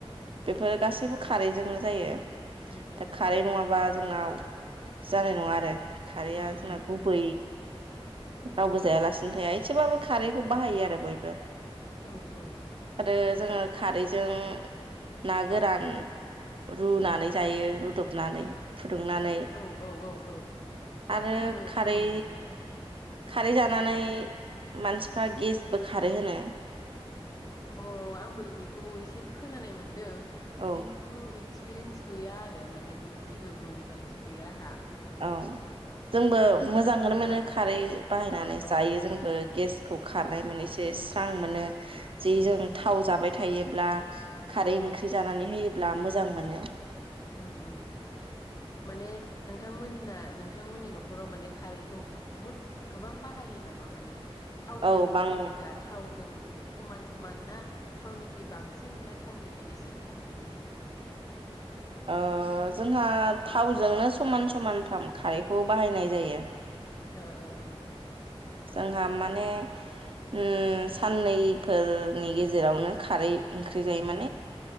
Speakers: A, on the right (about 60°); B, on the left (about 35°).
A: बेफोरो गासैबो खारैजोंनो जायो।
B: उम उम
A: दा खारै नङाबा जोंनाव जानाय नङा आरो खारैया
B: उम
A: जोंना
B: उम
A: गुबै रावबो जायालासिनो थाया एसेबाबो खारैखौ बाहायो आरो बयबो
B: औ औ
A: आरो जोङो खारैजों ना गोरान रुनानै जायो। रुदबनानै
B: उम
A: फुदुंनानै
B: औ औ औ औ
A: आरो
B: आंबो
A: खारै
B: उम उम
A: खारै जानानै मानसिफ्रा गेसबो खारो होनो।
B: अ आंबो बेखौ एसे खोनानाय मोनदों।
A: औ
B: खिन्थु एक्सपिरियेन्स गैया आरो माने बिनि जेबो मोनदांथि गैया आंहा।
A: औ जोंबो
B: नोंथाङा
A: मोजांखोनो मोनो
B: ओं
A: खारै बाहायनानै
B: अ अ
A: जायो
B: ओं
A: जोंबो गेस खौ खारनाय मोनो इसे स्रां मोनो। जि
B: ओं
A: जों
B: ओं
A: थाव जाबाय थायो ब्ला
B: औ
A: खारै
B: औ
A: ओंख्रि जानानै होयो ब्ला मोजां मोनो।
B: उम उम माने नोंथांमोना नोंथांमोननि न'खराव माने खारैखौ बुहुद गोबां बाहायो नामा? माने थावजों
A: औ बां
B: जेनेखा थावजों समान समान ना थाउननिख्रुइ बांसिन ना थाउननिख्रुइ एसे खम बिदि
A: आ जोंहा थावजोंनो समान समान थाम खारैखौ बाहायनाय जायो
B: ओ ओ ओ
A: जोंहा माने उम साननैफोरनि गेजेरावनो खारै ओंख्रि जायो माने